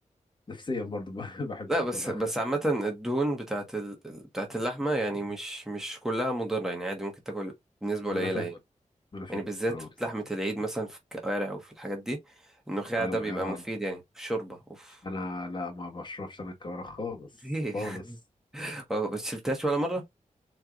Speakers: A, on the left; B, in the centre.
A: نفسيا برضو ما <laughs> بحبش
B: لا
A: اكلها
B: بس بس عامة الدهون بتاعت ال... بتاعت اللحمة يعني مش مش كلها مضرة يعني عادي ممكن تاكل بنسبة قليلة
A: ما انا فاهم
B: يعني
A: ما انا فاهم
B: يعني بالذات
A: اه
B: في لحمة العيد مثلا في الكوارع وفي الحاجات دي النخاع
A: انا
B: ده
A: انا
B: بيبقى مفيد يعني في الشوربة اوف
A: انا لا ما بشربش انا الكوارع خالص
B: ليه؟
A: خالص
B: <laughs> ما شربتهاش ولا مرة؟